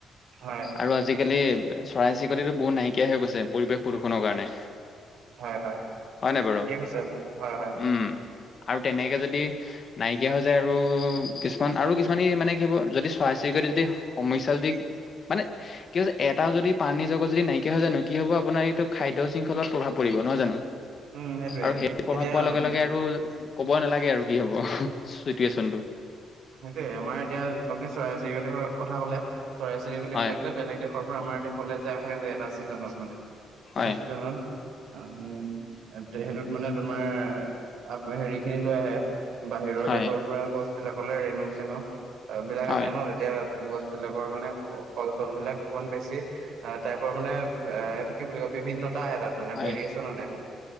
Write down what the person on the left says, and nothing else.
আৰু আজিকালি চৰাই চিৰিকতিটো বহুত নাইকিয়া হৈ গৈছে পৰিৱেশ প্ৰদূষণৰ কাৰণে।
হয় নাই বাৰু,
উম আৰু তেনেকে যদি নাই কিয়া হৈ যায় আৰু কিছুমান আৰু কিছুমানে মানে কি হব যদি চৰাই চিৰিকতি যদি সমস্যা যদি মানে কি হৈছে এ টা যদি প্ৰানীৰ জগত যদি নাইকিয়া হয় জানো কি হ'ব আপোনাৰ এইটো খাদ্য শৃংখলত প্ৰভাৱ পৰিব নহয় জানো।
আৰু সেইটো প্ৰভাৱ
পৰাৰ
লগে লগে আৰু ক'ব নালাগে আৰু কি হ'ব। যোনটো
হয়
হয়
হয়
হয়
হয়